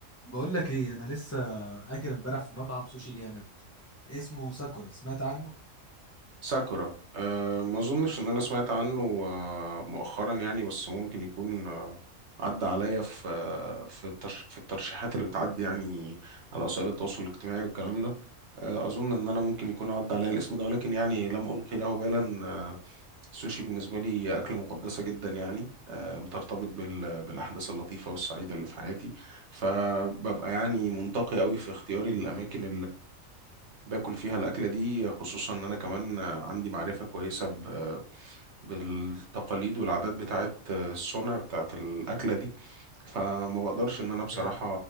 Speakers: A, on the left (about 15°); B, on the right (about 60°).
A: بقول لك ايه انا لسه اكل امبارح في مطعم سوشي جامد اسمه ساكورا سمعت عنه
B: ساكورا أه ما اظنش ان انا سمعت عنه آه، مؤخرا يعني بس ممكن يكون آه، عدى عليا في آه، في الترش في الترشيحات اللي بتعدي يعني على وسائل التواصل الاجتماعي والكلام ده آه، اظن ان انا ممكن يكون عدى عليا الاسم ده ولكن يعني لم القي له بالا آه، السوشي بالنسبه لي اكله مقدسه جدا يعني آه، بترتبط بال بالاحداث اللطيفه والسعيده اللي في حياتي فببقى يعني منتقي قوي في اختياري للاماكن باكل فيها الأكلة دي خصوصا إن أنا كمان عندي معرفة كويسة ب- بالتقاليد والعادات بتاعت الصنع بتاعت الأكلة دي فما بقدرش إن أنا بصراحة
A: يا